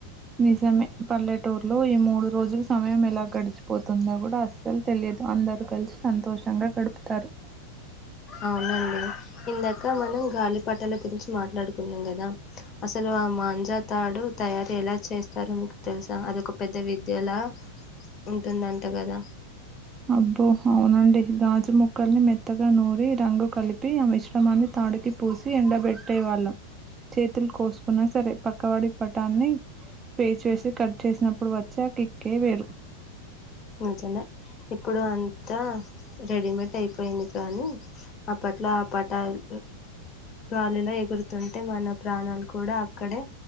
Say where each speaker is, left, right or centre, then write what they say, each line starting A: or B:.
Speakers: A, on the right; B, on the left.
A: నిజమే పల్లెటూరు లో ఈ మూడు రోజులు సమయం ఎలా గడిచిపోతుందో కూడా అస్సలు తెలియదు, లేదు అందరు కలిసి సంతోషంగా గడుపుతారు,
B: అవునండి ఇందాక మనం గాలి పటల గురించి మాట్లాడుకున్నాం కదా అసలు బ మాంజా తాడు తయారు ఎలా చేస్తారో మీకు తెలుసా అదొక పెద్ద విద్యలా ఉంటుందంట కదా
A: అబ్బో అవునండి గాజు ముక్కల్ని మెత్తగా నూరి రంగు కలిపి ఆ మిశ్రమాన్ని త నాడికి పూసి ఎండబెట్టే వాళ్ళం, చేతులు కోసుకున్నా సరే పక్కవాడి పటాన్ని పే చేసి కట్ చేసినప్పుడు వచ్చే కిక్కే వేరు
B: అ చిన్న ఇప్పుడు అంతా రెడీమేడ్ అయిపోయింది కానీ అప్పట్లో ఆ పటాలు గాలిలా ఎగురుతుంటే మన ప్రాణాలు కూడా అక్కడే